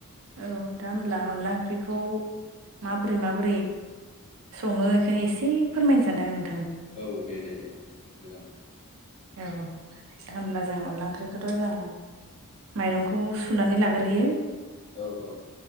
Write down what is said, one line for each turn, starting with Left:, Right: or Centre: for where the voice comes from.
Right: औ दा होमब्ला अनला ओंख्रिखौ माबोरै माबोरै सङो इखौनो एसे फोरमायनो सानदों आं नों
Left: औ दे दे दे दे मोजां।
Right: औ होमब्ला जों अनला ओंख्रिखौथ' जों माइरंखौ सुनानै लाग्रोयो।
Left: औ औ